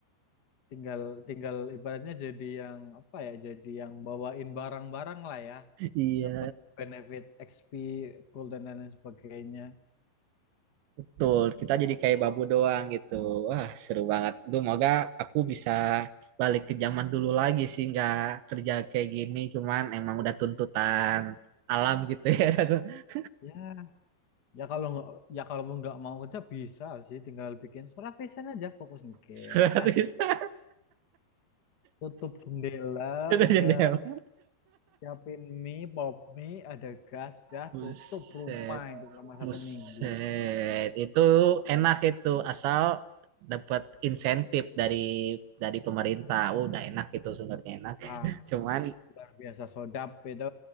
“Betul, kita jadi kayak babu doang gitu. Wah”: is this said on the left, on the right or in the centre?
Right